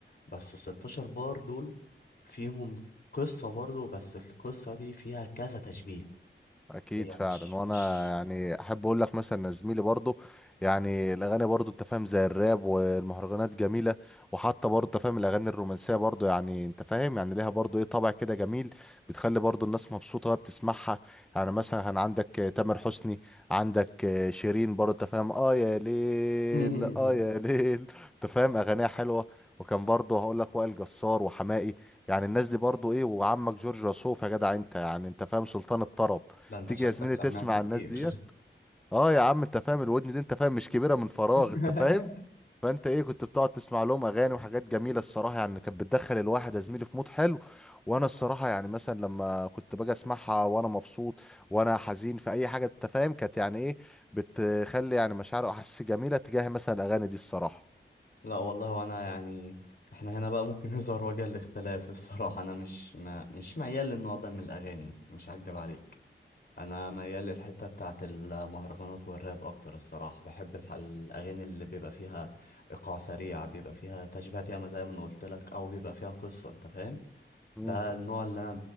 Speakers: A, on the left; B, in the centre.
A: بس ال 16 بار دول فيهم قصة برضو بس القصة دي فيها كذا تشبيه
B: اكيد
A: هي
B: فعلا
A: مش
B: وانا
A: مش
B: يعني احب اقول لك مثلا إن زميلي برضو يعني الاغاني برضو انت فاهم زي الراب والمهرجانات جميله وحتى برضو انت فاهم الاغاني الرومانسيه برضو يعني انت فاهم يعني ليها برضو ايه طابع كده جميل بتخلي برضو الناس مبسوطه وهي بتسمعها يعني مثلا كان عندك آه، تامر حسني عندك آه، شيرين برضو انت فاهم اه يا ليل
A: <laughs>
B: اه يا ليل انت فاهم اغانيها حلوه وكان برضه هقول لك وائل جسار وحماقي يعني الناس دي برضه ايه وعمك جورج وسوف يا جدع انت يعني انت فاهم سلطان الطرب
A: ده انت
B: تيجي
A: شكلك
B: يا زميلي
A: سماع
B: تسمع
A: كبير
B: الناس ديت اه يا عم انت فاهم الودن دي انت فاهم مش كبيره من فراغ
A: <laughs>
B: انت فاهم فانت ايه كنت بتقعد تسمع لهم اغاني وحاجات جميله الصراحه يعني كانت بتدخل الواحد يا زميلي في مود حلو وانا الصراحه يعني مثلا لما كنت باجي اسمعها وانا مبسوط وانا حزين في اي حاجه انت فاهم كانت يعني ايه بتخلي يعني مشاعر واحاسيس جميله تجاه مثلا الاغاني دي الصراحه
A: لا والله وانا يعني احنا هنا بقى ممكن يظهر وجه الاختلاف الصراحة انا مش ما مش ميال للنوع ده من الاغاني مش هكدب عليك انا ميال للحتة بتاعة المهرجانات والراب اكتر الصراحة بحب الح- الاغاني اللي بيبقى فيها ايقاع سريع بيبقى فيها تشبيهات ياما زي ما انا قلت لك او بيبقى فيها قصة انت فاهم
B: امم
A: ده النوع اللي انا